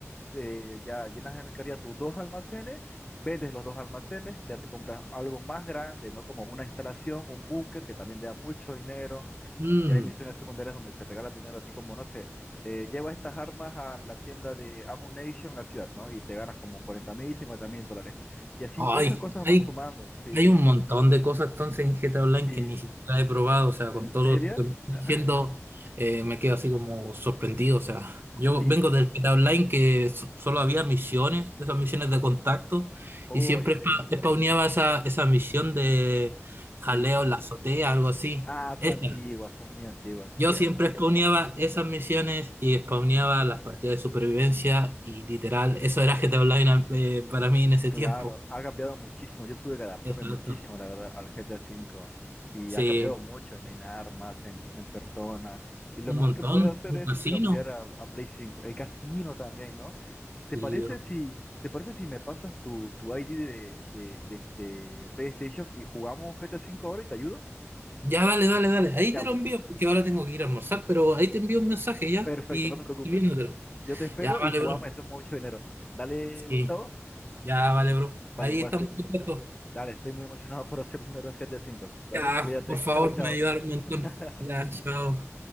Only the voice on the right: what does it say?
Mm.
Ah.
Ay,
ay,
Hay
un montón de cosas entonces en GTA Online
que ni siquiera he probado, o sea, con
todo
lo que me estás
diciendo,
eh, me quedo así como sorprendido, o sea, yo
vengo del GTA Online que so- solo había misiones, esas misiones de contacto,
y siempre
spa- spawneaba esa, esa misión de jaleo
en la azotea, algo así.
Esa.
Yo
siempre spawneaba esas misiones y spawneaba las partidas de supervivencia y literal, eso era GTA Online eh, para mí en ese
tiempo.
Exacto.
Sí.
Un
montón,
un
casino.
Sí,
bro.
Ya, dale, dale, dale. Ahí
te lo
envío, porque ahora tengo que ir a almorzar, pero ahí te envío un mensaje ya
y
escribiéndotelo.
Ya, vale,
bro.
Sí,
ya, vale, bro.
Ahí
estamos
en contacto.
Ya,
por favor,
me ayudaron un montón.
Ya, chao.